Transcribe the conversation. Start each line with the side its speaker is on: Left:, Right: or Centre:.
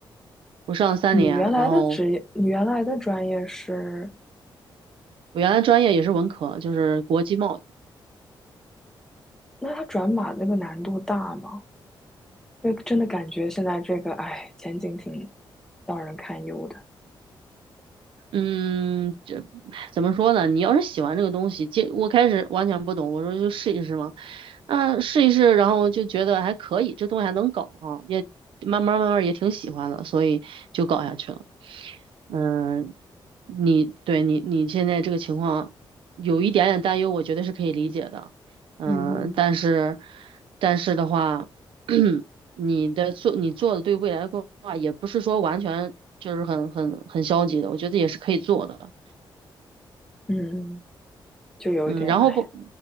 Right: 我上三年，
Centre: 你原来的职业，
Right: 然后
Centre: 你原来的专业是，
Right: 我原来专业也是文科，就是国际贸易。
Centre: 那他转码那个难度大吗？因为真的感觉现在这个，哎，前景挺让人堪忧的。
Right: 嗯，这怎么说呢？你要是喜欢这个东西，接我开始完全不懂，我说就试一试嘛。啊，试一试，然后就觉得还可以，这东西还能搞哈、也慢慢慢慢也挺喜欢的，所以就搞下去了。嗯，你对你你现在这个情况有一点点担忧，我觉得是可以理解的。嗯，
Centre: 嗯
Right: 但是但是的话，<clears throat> 你的做你做的对未来的规划也不是说完全就是很很很消极的，我觉得也是可以做的。
Centre: 嗯，嗯就有点，
Right: 嗯，然后不，
Centre: 哎，